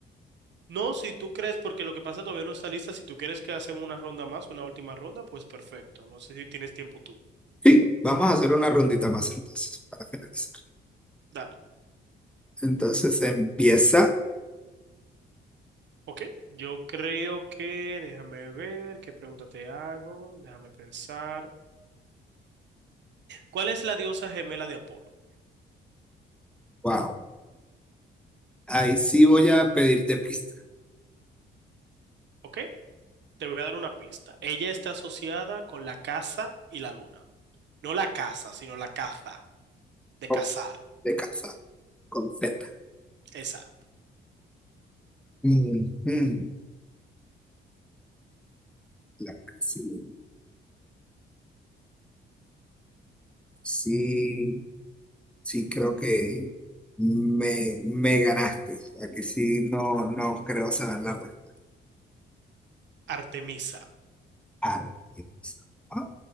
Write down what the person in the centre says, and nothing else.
Sí, vamos a hacer una rondita más entonces para finalizar.
Entonces empieza.
Wow. Ahí sí voy a pedirte pista.
Oh,
De casa, con Z.
Ujú, La casilla. Sí. Sí, creo que me, me ganaste. Aquí sí no, no creo saber la respuesta.
Arte. Ah,